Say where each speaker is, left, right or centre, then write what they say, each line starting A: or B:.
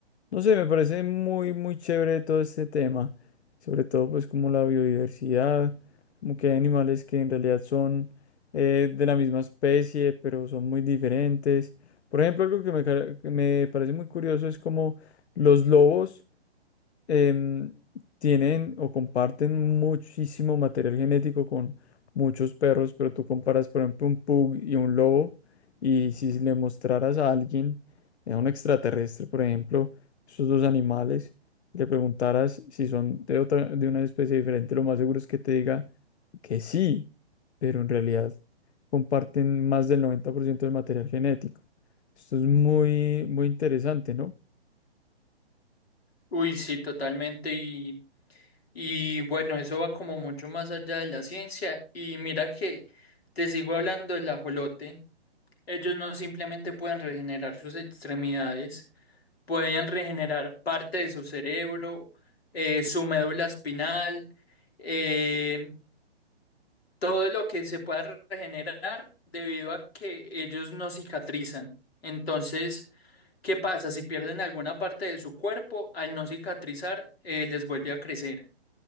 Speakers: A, on the left (about 80°); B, on the left (about 65°).
A: No sé, me parece muy, muy chévere todo este tema. Sobre todo, pues, como la biodiversidad, como que hay animales que en realidad son eh, de la misma especie, pero son muy diferentes. Por ejemplo, algo que me, cara- que me parece muy curioso es como los lobos em, tienen o comparten muchísimo material genético con muchos perros, pero tú comparas, por ejemplo, un pug y un lobo, y si le mostraras a alguien, eh, a un extraterrestre, por ejemplo, esos dos animales, y le preguntaras si son de otra, de una especie diferente, lo más seguro es que te diga que sí, pero en realidad comparten más del 90% del material genético. Esto es muy, muy interesante, ¿no?
B: Uy, sí, totalmente. Y, y bueno, eso va como mucho más allá de la ciencia. Y mira que te sigo hablando del ajolote. Ellos no simplemente pueden regenerar sus extremidades, pueden regenerar parte de su cerebro, eh, su médula espinal. eh, todo lo que se pueda regenerar debido a que ellos no cicatrizan. Entonces, ¿qué pasa? Si pierden alguna parte de su cuerpo, al no cicatrizar, eh, les vuelve a crecer.